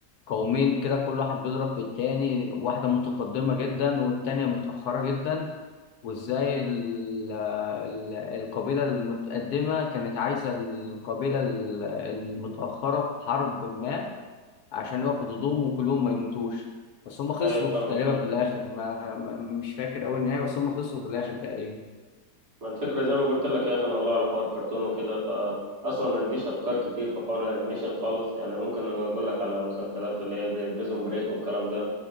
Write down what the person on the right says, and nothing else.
أيوة فاهمك
اه.
ما الفكرة زي ما قلت لك يا أخي أنا والله على حوار كرتون وكده فأصلا ما عنديش أفكار كتير في حوار الأنيميشن خالص يعني ممكن أقول لك على مسلسلات اللي هي زي بريزون بريك والكلام ده